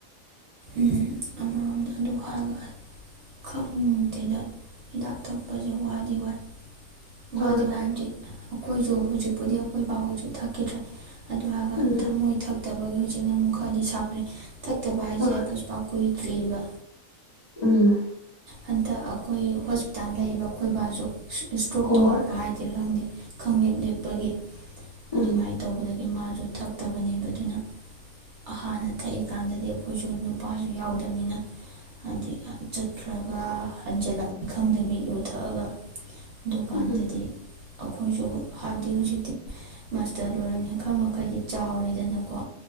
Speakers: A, on the right; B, on the left.
A: ꯎꯝ ꯑꯃꯔꯣꯝꯗ ꯑꯗꯨ ꯍꯥꯏꯔꯒ ꯈꯪꯗꯦꯗ ꯍꯤꯗꯥꯛ ꯊꯛꯄꯁꯦ ꯋꯥꯗꯤ ꯋꯥꯏ
B: ꯃꯥꯅꯦ
A: ꯋꯥꯗꯤ ꯋꯥꯗꯤ ꯑꯩꯈꯣꯏꯁꯨ ꯍꯧꯖꯤꯛꯄꯨꯗꯤ ꯑꯩꯈꯣꯏ ꯕꯥꯍꯣꯏꯁꯨ ꯊꯛꯈꯤꯗ꯭ꯔꯦ꯫ ꯑꯗꯨ ꯍꯥꯏꯔꯒ
B: ꯎꯝ
A: ꯊꯃꯣꯏ ꯊꯛꯇꯕꯒꯤ ꯍꯧꯖꯤꯛ ꯑꯃꯨꯛ ꯈꯔꯗꯤ ꯁꯥꯐꯔꯤꯅꯦ꯫ ꯊꯛꯇꯕ ꯍꯥꯏꯖꯦ
B: ꯃꯥꯅꯦ
A: ꯀꯨꯏꯗ꯭ꯔꯤꯕ
B: ꯎꯝ꯫
A: ꯍꯟꯗꯛ ꯑꯩꯈꯣꯏ ꯍꯣꯁꯄꯤꯇꯥꯜ ꯂꯩꯕ ꯈꯣꯏꯕꯥꯁꯨ ꯏꯁꯇ꯭ꯔꯣꯛ
B: ꯍꯣꯏ
A: ꯇꯧꯔꯛꯄ ꯍꯥꯏꯗꯤꯔꯥ ꯈꯪꯗꯦ ꯈꯪꯂꯦꯞ - ꯂꯦꯞꯄꯒꯤ꯫ ꯑꯗꯨꯃꯥꯏꯅ
B: ꯎꯝ
A: ꯇꯧꯕꯗ ꯃꯥꯁꯨ ꯊꯛꯇꯕꯅꯦꯕ ꯑꯗꯨꯅ ꯍꯥꯟꯅ ꯊꯛꯏ ꯀꯥꯟꯗꯗꯤ ꯑꯩꯈꯣꯏꯁꯨ ꯅꯨꯄꯥꯁꯨ ꯌꯥꯎꯗꯕꯅꯤꯅ ꯍꯥꯏꯗꯤ ꯆꯠꯈ꯭ꯔꯒ ꯍꯟꯖꯜꯂꯛꯅꯤ ꯈꯪꯗꯕꯤ ꯌꯨ ꯊꯛꯑꯒ ꯑꯗꯨꯀꯥꯟꯗꯗꯤ
B: ꯎꯝ - ꯎꯝ꯫
A: ꯑꯩꯈꯣꯏꯁꯨ ꯍꯥꯏꯕꯗꯤ ꯍꯧꯖꯤꯛꯇꯤ ꯃꯥꯁꯇꯔ ꯂꯣꯏꯔꯕꯅꯤꯅ ꯈꯔ ꯃꯈꯩꯗꯤ ꯆꯥꯎꯔꯦꯗꯅꯀꯣ